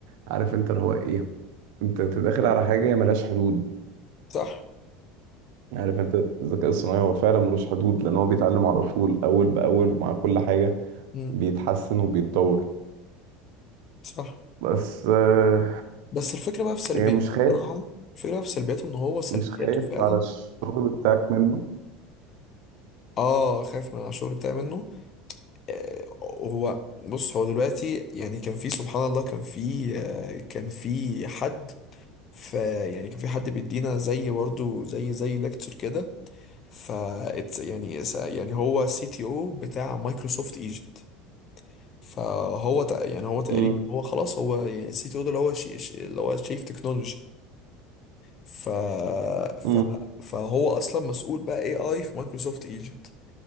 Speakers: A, on the right; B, on the left.
A: عارف انت اللي هو ايه انت انت داخل على حاجه هي ملهاش حدود
B: صح
A: يعني عارف انت الذكاء الصناعي هو فعلا ملوش حدود لان هو بيتعلم على طول اول باول ومع كل حاجه
B: مم.
A: بيتحسن وبيتطور
B: صح
A: بس آه،
B: بس الفكرة بقى في سلبياته
A: يعني مش
B: الصراحة
A: خايف
B: الفكرة بقى في سلبياته إن هو سلبياته
A: مش خايف
B: فعلا
A: على الشغل بتاعك منه
B: اه خايف من على الشغل بتاعي منه آه، هو بص هو دلوقتي يعني كان في سبحان الله كان في آه، كان في حد فيعني كان في حد بيدينا زي برضو زي زي ليكتشر كده ف it's- يعني س- يعني هو سي تي او بتاع مايكروسوفت ايجيبت فهو تق- يعني هو تقريبا
A: امم
B: هو خلاص هو يعني السي تي او ده اللي هو شي شي- اللي هو شيف تكنولوجي ف... ف...
A: امم
B: فهو اصلا مسؤول بقى اي اي في مايكروسوفت ايجيبت